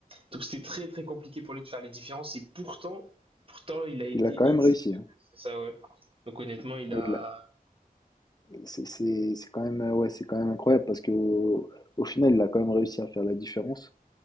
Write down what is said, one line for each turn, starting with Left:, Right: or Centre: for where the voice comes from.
Right: Donc, c'était très, très compliqué pour lui de faire les différences. Et pourtant, pourtant, il a été
Left: Il a quand même
Right: exceptionnel.
Left: réussi. hein.
Right: C'est ça, ouais. Donc, honnêtement, il
Left: Ouais,
Right: a.
Left: il l'a- C'est c'est- c'est quand même, euh, ouais, c'est quand même incroyable parce qu'au au final, il a quand même réussi à faire la différence.